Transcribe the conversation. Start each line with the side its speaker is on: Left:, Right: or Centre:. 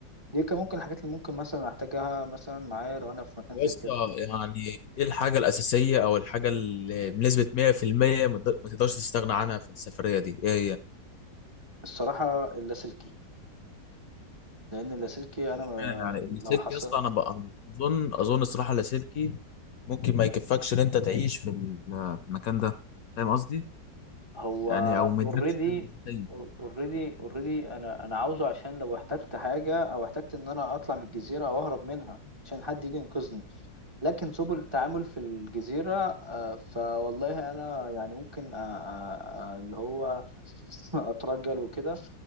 Right: دي كان ممكن الحاجات اللي ممكن مثلا احتاجها مثلا معايا لو انا في مكان
Left: يا
Right: زي
Left: اسطى
Right: كده
Left: يعني ايه الحاجة الأساسية أو الحاجة اللي بنسبة 100% ما تقد- ما تقدرش تستغنى عنها في السفرية دي؟ إيه هي؟
Right: الصراحه اللاسلكي لان اللاسلكي
Left: واشمعنى
Right: انا ما-
Left: يعني اللاسلكي
Right: لو حصل
Left: يا اسطى أنا بقى أنا أظن أظن الصراحة اللاسلكي ممكن ما يكفكش إن أنت تعيش في المكان ده فاهم قصدي؟
Right: هو
Left: يعني أو ما
Right: اوريدي
Left: يدركش حاجة أساسية
Right: اوريدي اوريدي انا انا عاوزه عشان لو احتجت حاجه او احتجت ان انا اطلع من الجزيره او اهرب منها عشان حد يجي ينقذني لكن سبل التعامل في الجزيرة آه، فوالله أنا يعني ممكن آه، آه، آه، اللي هو <laughs> أترجل وكده